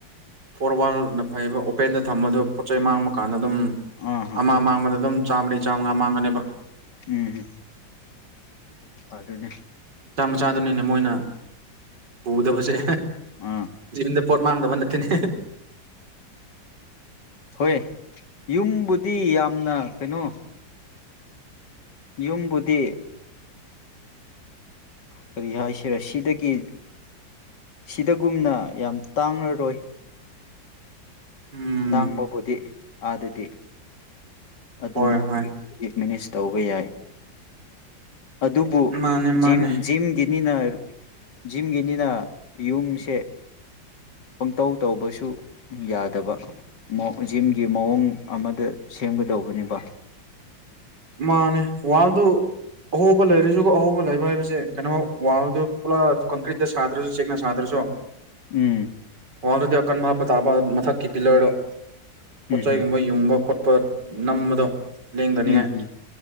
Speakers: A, on the right; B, on the left.
A: ꯐꯣꯔ ꯋꯥꯔꯜꯅ ꯐꯩꯕ ꯑꯣꯄꯦꯟꯗ ꯊꯝꯕꯗꯣ ꯄꯣꯠ ꯆꯩ ꯃꯥꯡꯕ ꯀꯥꯟꯗ ꯑꯗꯨꯝ
B: ꯑꯥ ꯑꯥ
A: ꯑꯃ ꯃꯥꯡꯕꯗ ꯑꯗꯨꯝ ꯆꯥꯃꯔꯤ ꯆꯥꯝꯉꯥ ꯃꯥꯡꯒꯅꯦꯕ
B: ꯎꯝ ꯑꯗꯨꯅꯦ
A: ꯆꯥꯗꯅꯤꯅ ꯃꯣꯏꯅ ꯄꯨꯗꯕꯁꯦ
B: ꯑꯥ
A: ꯖꯤꯕꯟꯗ ꯄꯣꯠ ꯃꯥꯡꯗꯕ ꯅꯠꯇꯦꯅꯦ
B: ꯍꯣꯏ ꯌꯨꯝꯕꯨꯗꯤ ꯌꯥꯝꯅ ꯀꯩꯅꯣ ꯌꯨꯝꯕꯨꯗꯤ ꯀꯔꯤ ꯍꯥꯏꯁꯤ ꯔꯁꯤꯗꯒꯤ ꯁꯤꯗꯒꯨꯝꯅ ꯌꯥꯝ ꯇꯥꯡꯂꯔꯣꯏ
A: ꯎꯝ
B: ꯇꯥꯡꯕꯕꯨꯗꯤ ꯑꯥꯗꯗꯤ ꯑꯗꯨꯝ
A: ꯍꯣꯏ ꯍꯣꯏ
B: ꯌꯨꯝꯗꯤ ꯃꯦꯅꯦꯖ ꯇꯧꯕ ꯌꯥꯏ ꯑꯗꯨꯕꯨ
A: ꯃꯥꯅꯦ
B: ꯖꯤꯝ
A: ꯃꯥꯅꯦ
B: ꯅꯤꯅ ꯖꯤꯝꯒꯤꯅꯤꯅ ꯌꯨꯝꯁꯦ ꯄꯪꯇꯧ ꯇꯧꯕꯁꯨ ꯌꯥꯗꯕ ꯖꯤꯝꯒꯤ ꯃꯑꯣꯡ ꯑꯃꯗ ꯁꯦꯝꯒꯗꯧꯕꯅꯦꯕ
A: ꯃꯥꯅꯦ ꯋꯥꯜꯗꯨ ꯑꯍꯣꯕ ꯂꯩꯔꯁꯨꯒ ꯑꯍꯣꯕ ꯂꯩꯕ ꯍꯥꯏꯕꯁꯦ ꯀꯩꯅꯣ ꯋꯥꯜꯗ ꯄꯨꯂꯥ ꯀꯪꯀ꯭ꯔꯤꯠꯇ ꯁꯥꯗ꯭ꯔꯁꯨ ꯆꯦꯛꯅꯁꯤ ꯁꯥꯗ꯭ꯔꯁꯨ
B: ꯎꯝ
A: ꯋꯥꯜꯗꯨꯗꯤ ꯑꯀꯟꯕ ꯍꯥꯞꯄ ꯇꯥꯕ ꯃꯊꯛꯀꯤ ꯄꯤꯂꯔꯗꯣ ꯄꯣꯠꯆꯩꯒꯨꯝꯕ
B: ꯎꯝ ꯎꯝ
A: ꯌꯨꯡꯕ ꯈꯣꯠꯄ ꯅꯝꯕꯗꯣ ꯂꯦꯡꯗꯅꯤꯉꯥꯏ
B: ꯎꯝ ꯎꯝ